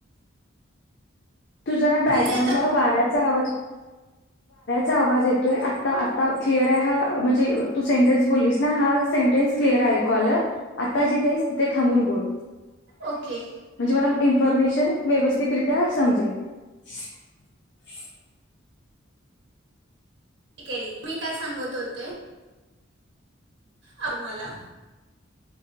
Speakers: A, on the left; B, on the right.
A: तुझा ना बॅकग्राउंड
B: दीदी आता
A: ह वाराच वाज वाऱ्याच वाऱ्याचा आवाज येतोय. आत्ता आत्ता क्लियर हा म्हणजे तू सेंटेन्स बोललीस ना हा सेंटे्स क्लिअर आहे. ऐकू आलं आता जथ आहेस तिथे थांबून बोल
B: ओके
A: म्हणजे मला इन्फॉर्मेशन व्यवस्थित मिळेन. तृप्या समजेल <unintelligible>
B: ठीक आहे मी काय सांगत होते. आ तुम्हाला